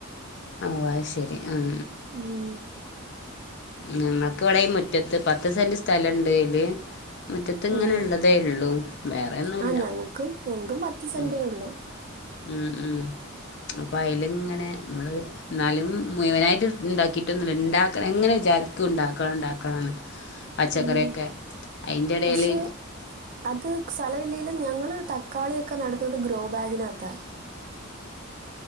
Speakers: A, on the left; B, on the right.
A: ഓ അത് ശരി ആം
B: ഉം
A: ഞങ്ങൾക്ക് ഇവിടെ ഈ മുറ്റത്ത് പത്ത് സെന്റ് സ്ഥലുണ്ട് അയില് മുറ്റത്ത് ഇങ്ങനെ
B: ഉം
A: ഉള്ളതേ ഉള്ളൂ വേറെയൊന്നുല്ല
B: ആ ഞങ്ങക്കും ഞങ്ങക്കും പത്ത് സെന്റേ
A: ഉം
B: ഉള്ളു
A: ഉം ഉം അപ്പൊ അയില് ഇങ്ങനെ നമ്മള് എന്നാലും മുഴുവനായിട്ട് ഇണ്ടാക്കിട്ടൊന്നുല്ല ഇണ്ടാക്കണം എങ്ങനെ വിചാരിക്കും ഉണ്ടാക്കണം ഉണ്ടാക്കണംന്ന് പച്ചക്കറിയൊക്കെ
B: ഉം.
A: അയിന്റെടയില്
B: പക്ഷേ അത് സ്ഥലമില്ലെങ്കിലും ഞങ്ങൾ തക്കാളിയൊക്കെ നടുന്നത് ഗ്രോ ബാഗിനകത്താ